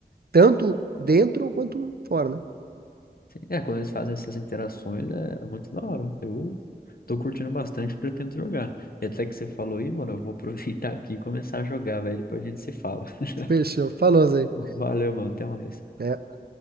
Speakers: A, on the right (about 65°); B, on the left (about 60°).
A: tanto dentro quanto fora, né?
B: Sim, é, quando eles fazem essas interações é é muito da hora. Eu tô curtindo bastante, pretendo jogar. E até que você falou aí, mano, eu vou <laughs> aproveitar aqui e começar a jogar, velho. Depois a gente se fala. <laughs>
A: Fechou, falou, Zé.
B: Valeu, mano. Até mais.
A: É,